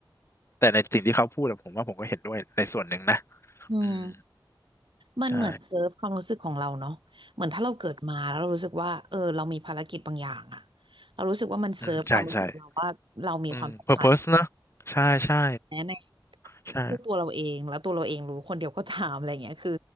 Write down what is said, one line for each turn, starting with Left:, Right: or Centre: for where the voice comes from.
Left: แต่ในสิ่งที่เขาพูดอะผมว่าผมก็เห็นด้วยในส่วนหนึ่งนะ
Right: อืม
Left: อืม
Right: มันเหมือนเซิร์ฟความรู้สึกของเราเนาะเหมือนถ้าเราเกิดมาแล้วเรารู้สึกว่าเออเรามีภารกิจบางอย่างอะ
Left: ใช่
Right: เรารู้สึกว่ามันเซิร์ฟความรู้สึกเราว่าเรามีความสำคัญ
Left: อืมใช่ใช่ อืม purpose นะใช่ใช่
Right: แม้ใน
Left: ใช่
Right: คู่ตัวเราเองแล้วตัวเราเองรู้คนเดียวก็ถามอะไรเงี้ยคือ